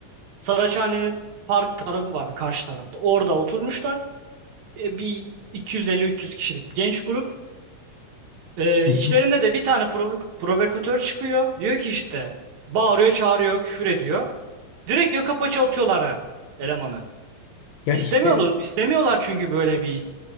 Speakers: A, on the right; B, on the left.
A: Saraçhane'nin park tarafı var karşı tarafta. Orada oturmuşlar. E, bir 250-300 kişilik genç grup. E,
B: hı. hı.
A: içlerinde de bir tane provok- provokatör çıkıyor. Diyor ki işte bağırıyor, çağırıyor, küfür ediyor. Direkt yaka paça atıyorlar ha elemanı.
B: Ya
A: İstemiyorlar,
B: işte
A: istemiyorlar çünkü böyle bir